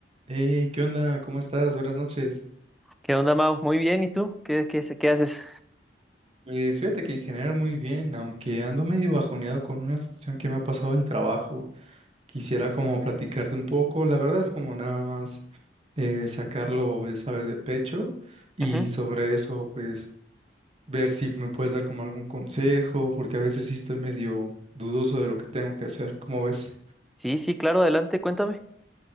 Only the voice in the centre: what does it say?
¿Qué onda, Mau? Muy bien, ¿y tú? ¿Qué, qué, qué haces?
Ujú.
Sí, sí, claro, adelante, cuéntame.